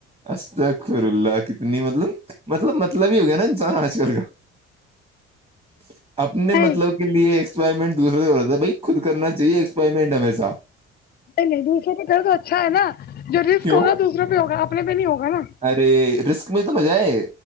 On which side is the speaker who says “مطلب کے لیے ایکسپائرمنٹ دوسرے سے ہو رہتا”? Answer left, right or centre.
Right